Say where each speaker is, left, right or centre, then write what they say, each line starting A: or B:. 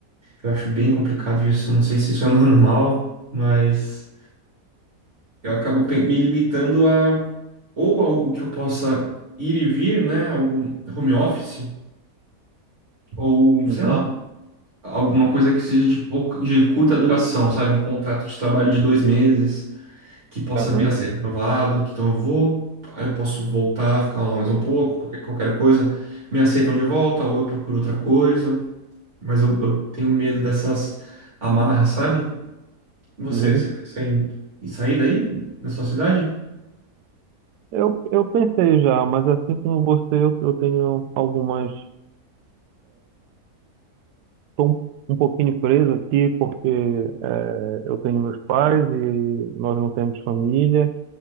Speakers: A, on the right; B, on the right.
A: Eu acho bem complicado isso. Eu não sei se isso é <laughs> normal, mas eu acabo pen- me limitando a ou algo que eu possa ir e vir, né? Algo home office, ou sei
B: Uhum.
A: lá, alguma coisa que seja de pouca, de curta duração, sabe? Um contrato de trabalho de dois meses que possa
B: Aham.
A: vir a ser renovado. que Então eu vou, aí eu posso voltar, ficar lá mais um pouco, qualquer, qualquer coisa, me aceitam de volta, ou eu procuro outra coisa. Mas eu eu tenho medo dessas amarras, sabe? Você,
B: Uhum.
A: você pensa em, em sair daí, da sua cidade?
B: Eu, eu pensei já, mas assim como você, eu, eu tenho algumas Estou um pouquinho preso aqui porque é, eu tenho meus pais e nós não temos família,